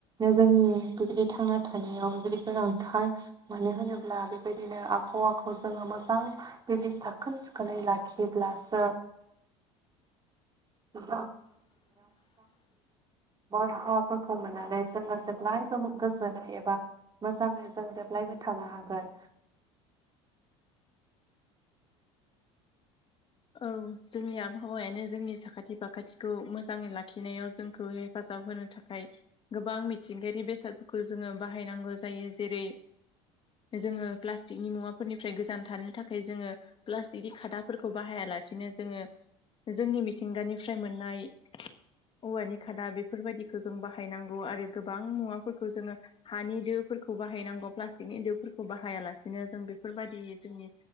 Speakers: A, on the right; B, on the left.
A: जोंनि बेबायदि थांना थानायाव बेबायदि गोनांथार मानो होनोब्ला बेबायदिनो आब हावाखौ जोङो मोजां बेदि साखोन सिखोनै लाखिब्लासो <unintelligible> बारहावाफोरखौ मोननानै जोङो जेब्लायबो गोजोनो एबा मोजाङै जों जेब्लायबो थानो हागोन।
B: औ जोंनि आबहावायानो जोंनि साखाथि फाखाथिखौ मोजाङै लाखिनायाव जोंखौ हेफाजा जाब होनो थाखाय गोबां मिथिंगायारि बेसादफोरखौ जोङो बाहायनांगौ जायो। जेरै जोङो प्लास्टिकनि मुवाफोरनिफ्राय गोजान थानो थाखाय जोङो प्लास्टिकनि खादाफोरखौ बाहायालासिनो जोङो जोंनि मिथिंगानिफ्राय मोननाय औवानि खादा बेफोरबायदिखो जों बाहायनांगौ आरो गोबां मुवाफोरखौ जोङो हानि दो फो फोरखौ बाहायनांगौ प्लासथिकनि दो फोरखौ बाहायालासिनो जों बेफोरबायदि जोंनि